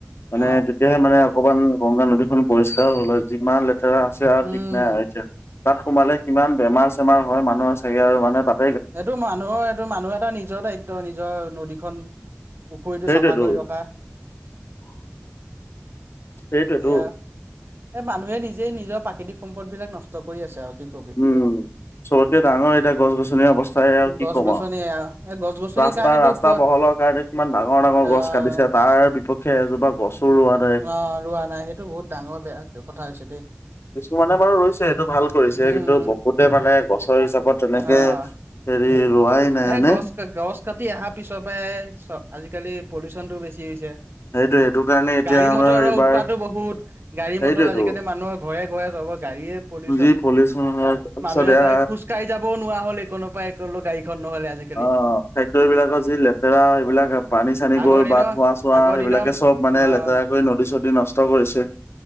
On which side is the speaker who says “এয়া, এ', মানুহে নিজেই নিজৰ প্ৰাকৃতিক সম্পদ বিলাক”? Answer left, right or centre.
Right